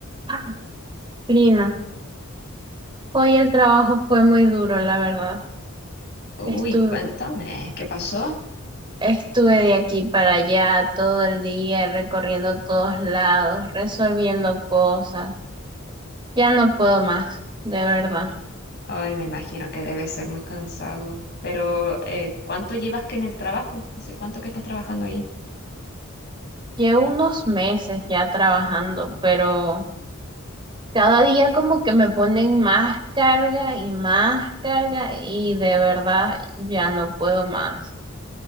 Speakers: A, on the right; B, on the left.
A: Ah, Prima, hoy el trabajo fue muy duro, la verdad.
B: Uy,
A: Estuve,
B: cuéntame, ¿qué pasó?
A: estuve de aquí para allá todo el día, recorriendo todos lados, resolviendo cosas. Ya no puedo más, de verdad.
B: Ay, me imagino que debe ser muy cansado. Pero, eh, ¿cuánto llevas que en el trabajo? ¿Hace cuánto que estás trabajando ahí?
A: Llevo unos meses ya trabajando, pero cada día como que me ponen más carga y más carga y de verdad ya no puedo más.